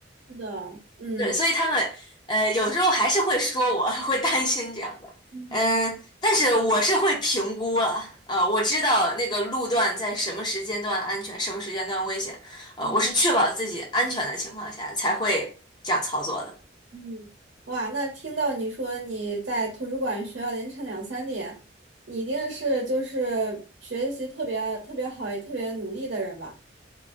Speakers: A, on the right; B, on the left.
A: 是的，嗯
B: 对，所以他们呃有时候还是会说我，<laughs> 会担心这样的，
A: 嗯
B: 嗯，但是我是会评估了，呃，我知道那个路段在什么时间段安全，什么时间段危险，呃，
A: 嗯
B: 我是确保自己安全的情况下才会这样操作的。
A: 嗯，哇，那听到你说你在图书馆学到凌晨两三点，你一定是就是学习特别特别好，也特别努力的人吧？